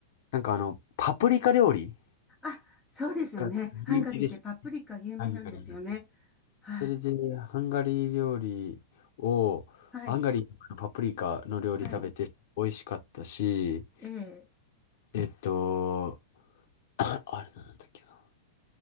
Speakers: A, on the left; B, in the centre.
A: なんかあの、パプリカ料理
B: あ、そうですよね。
A: が有名です。
B: ハンガリーってパプリカ有名なんですよね。
A: ハンガリーの。
B: はい。
A: それで、ハンガリー料理を、
B: はい。
A: ハンガリーのパプリカの料理食べて美味しかったし、
B: はい。ええ、
A: えっと、<coughs> あれなんだっけな。